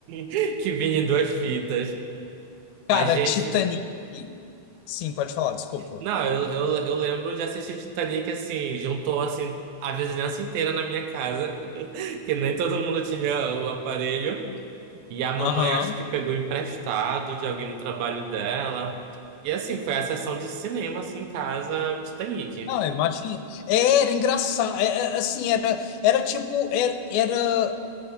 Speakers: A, on the right (about 75°); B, on the left (about 80°).
A: <laughs> que vinha em duas fitas. A
B: Cara,
A: gente.
B: Titanic. Sim, pode falar, desculpa.
A: Não, eu, eu, eu lembro de assistir Titanic assim, juntou assim a vizinhança inteira na minha casa, <laughs> que nem todo mundo tinha o aparelho. E a mamãe
B: Aham.
A: acho que pegou emprestado de alguém no trabalho dela. E assim, foi a sessão de cinema, assim, em casa, Titanic.
B: Não, imagina. Era engraçado. é, é, assim, era, era tipo, era, era,